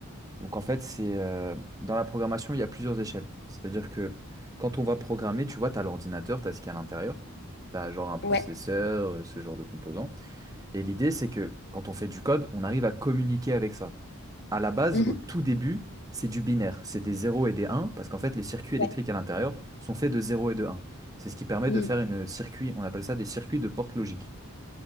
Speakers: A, on the right (about 15°); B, on the left (about 50°).
A: Donc, en fait, c'est euh, dans la programmation, il y a plusieurs échelles. C'est-à-dire que quand on va programmer, tu vois, tu as l'ordinateur, tu as ce qu'il y a à l'intérieur. Tu as genre un processeur,
B: Ouais.
A: euh, ce genre de composants. Et l'idée, c'est que quand on fait du code, on arrive à communiquer avec ça. à la base,
B: Mhm.
A: au tout début, c'est du binaire. C'est des zéros et des uns, parce qu'en fait, les circuits électriques
B: Ouais.
A: à l'intérieur sont faits de 0 et de 1. C'est ce qui permet
B: Mhm.
A: de faire une circuit, on appelle ça des circuits de porte logique.